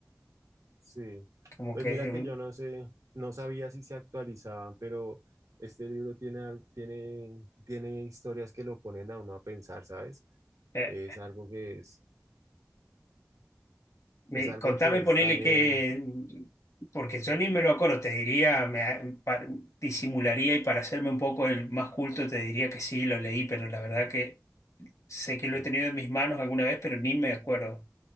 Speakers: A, on the right; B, on the left.
A: sí.
B: como
A: Pues
B: que
A: mira
B: es un-
A: que yo no sé, no sabía si se actualizaban, pero este libro tiene, al- tiene, tiene historias que lo ponen a uno a pensar, ¿sabes?
B: eh,
A: Es algo que es,
B: Me-
A: es algo
B: contame,
A: que
B: ponele
A: es también,
B: que, porque yo ni me lo acuerdo, te diría, me, pa- disimularía y para hacerme un poco el más culto te diría que sí, lo leí, pero la verdad que sé
A: ok.
B: que lo he tenido en mis manos alguna vez, pero ni me acuerdo.